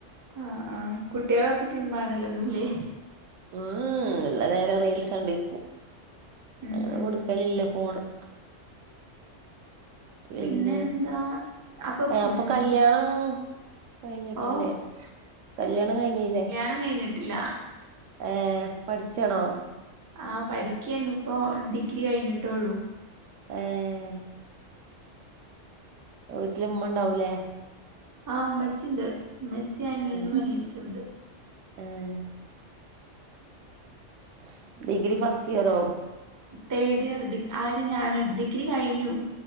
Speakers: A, on the right; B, on the right.
A: ആഹ് ആഹ് കുട്ടിയളപ്പം സിനിമ കാണല്ലോന്നുംല്ലേ
B: ഹ്മ്മ് ഹ്മ്മ് ഇല്ല നേരം റീൽസണ്ടിരിക്കും
A: ഉം
B: അങ്ങനെ
A: ഉം
B: കൊടുക്കലില്ല ഫോണ് <inaudible> പിന്നെ
A: പിന്നെന്താ അപ്പൊ
B: ഏഹ്
A: ഉം
B: അപ്പ കല്യാണോ കഴിഞ്ഞ്ട്ടില്ലേ
A: ഓ
B: കല്യാണം കഴിഞ്ഞില്ലേ
A: ല്യാണം കഴ്ഞ്ഞിട്ടില്ല.
B: ഏഹ് പഠിച്ചാണോ
A: ആഹ് പഠിക്കാണ് ഇപ്പൊ ഡിഗ്രി കഴ്ഞ്ഞിട്ടൊള്ളൂ.
B: ഏഹ്, വീട്ട്ല് ഇമ്മണ്ടാവൂലേ
A: ആഹ് ഇമ്മച്ചിണ്ട് ഇമ്മച്ചി അനിയനും
B: ഏഹ്
A: അനിയത്തിയുണ്ട്.
B: ഏഹ് <inaudible> ഡിഗ്രി ഫസ്റ്റിയറോ
A: തേർഡിയർ ഡി ആര് ഞാനോ ഡിഗ്രി കഴിഞ്ഞു